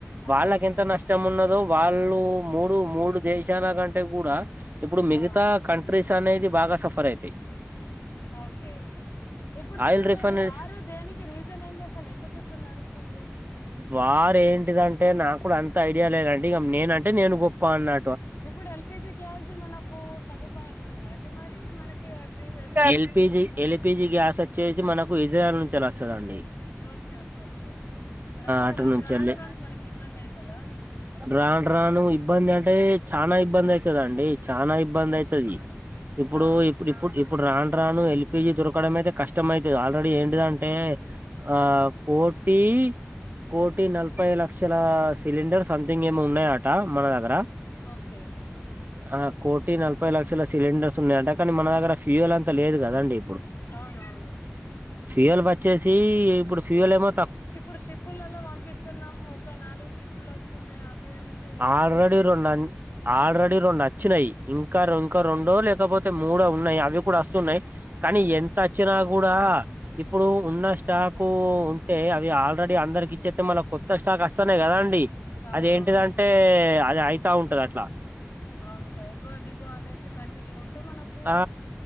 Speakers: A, on the left (about 80°); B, on the right (about 50°).
A: హ
B: వాళ్ళకి ఎంత నష్టం ఉన్నదో వాళ్ళు మూడు మూడు దేశాలకంటే అంటే కూడా ఇప్పుడు మిగతా
A: ఆ
B: కంట్రీస్ అనేది బాగా సఫర్ అయితాయి
A: ఓకే ఇప్పుడు
B: ఆయిల్
A: అసలు
B: రిఫైనరీస్
A: వార్ దేనికి రీజన్ ఏంది అసలు ఎందుకు ఇట్లా నడుస్తుంది
B: వారేం అంటే నాకు కూడా అంత ఐడియా లేదండి ఇక నేనంటే నేను గొప్ప అన్నా
A: ఇప్పుడు ఎల్పిజి గ్యాస్ మనకు సదుపాయం ఉందా అంటే మరి మనకి ఫ్యూ ఏమన్నా
B: ఎల్పిిజి ఎల్పిిజి గ్యాస్ వచ్చేసి మనకు ఇజ్రాయల్ నుంచిలా వస్తుందండి
A: ఓకే ఓకే ఓకే ఓకే రాను
B: అటు
A: రా
B: నుంచెల్లి
A: రాను రాను మనకి ఇబ్బంది అయితదానే
B: రాను రాను ఇబ్బంది అంటే చానా ఇబ్బంది అయితదండి చానా ఇబ్బంది అయితది ఇప్పుడు
A: అఆ
B: ఇప్పుడు ఇప్పుడు ఇప్పుడు రాను రాను ఎల్పిజి దొరకడం అయితే కష్టం అైతుది ఆల్రెడీ ఏంటిదింటే ఆ కోటి కోటి నలభై లక్షల సిలిండర్ సంథింగ్ ఏమి ఉన్నాయాట ఆ మనదగరా
A: ఓకే
B: అ కోటి నలభై లక్షల సిలిండర్స్ ఉన్నాయి అంట కానీనగ్గర ఫ్యూల్ అంతా లేదు కదండి
A: అవునవును
B: ఫ్యూవల్ వచ్చేసి ఇప్పుడు ఫ్యూవల్ ఏమ
A: ఇప్పుడు షిప్పులలో పంపిస్తున్నాము ఒక నాలుగు షిప్పులు వస్తున్నాయి అది టాక్
B: ఆల్రెడీ
A: ఉంది
B: రెండు ఆల్రెడీ రెండు నచ్చినాయి ఇంకా ఇంకా రెండో లే కపోతే మూడ ఉన్నాయి అవి కూడా వస్తున్నాయి కానీ ఎంత వచ్చినా కూడా ఇప్పుడు ఉన్న స్టాఫ క్ ఉంటే అవి ఆల్రెడీ అందరికి ఇచ్చేతే మళ్ కస్టా కస్టానే కదా అండి
A: అవునవును
B: అది ఏంటిదంటే అది అయితా ఉంటది అట్లా
A: అవునుకా ఎగో దిగుో అనేసి కంటిన్యూ ఉంటే మనకు
B: ఆ